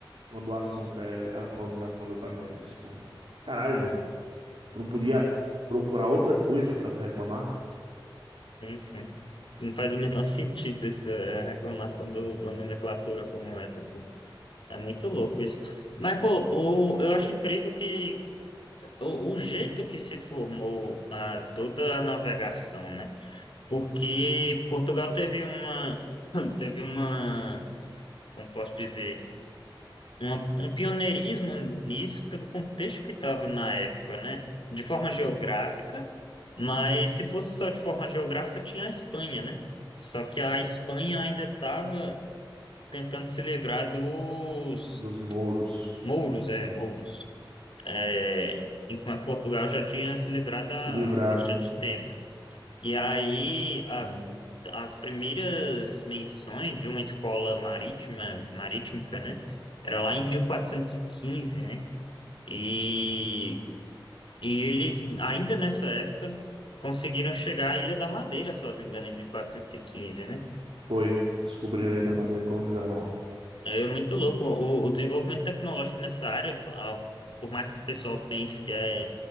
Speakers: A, on the right (about 80°); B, on the left (about 75°).
A: quando o assunto é a colonização das Américas. Tipo, caralho, mano, tu não podia procurar outra coisa pra tu reclamar?
B: sim, sim. Não faz o menor <laughs> sentido essa reclamação do, do nomenclatura como essa, pô. É muito louco isso. Mas, pô, o, eu acho incrível que o, o jeito que se formou ah, toda a navegação, né? Porque Portugal teve uma, <clears throat> teve uma, como posso dizer, uma- um pioneirismo nisso pelo contexto que estava na época, né? De forma geográfica, mas se fosse só de forma geográfica, tinha a Espanha, né? Só que a Espanha ainda estava tentando se livrar dos
A: Dos mouros,
B: mouros, é, mouros, É, enquanto Portugal já tinha se livrado há
A: livrado.
B: bastante tempo. E aí, a-
A: Hum.
B: as primeiras menções de uma escola marítima, marítica, né? Era lá em 1415, né? E, e eles, ainda nessa época, conseguiram chegar à Ilha da Madeira, se eu não me engano, em 1415, né?
A: Foi, descobriram aí da maneira que colonizaram lá.
B: É muito louco. O, o desenvolvimento tecnológico nessa área, a- por mais que o pessoal pense que é,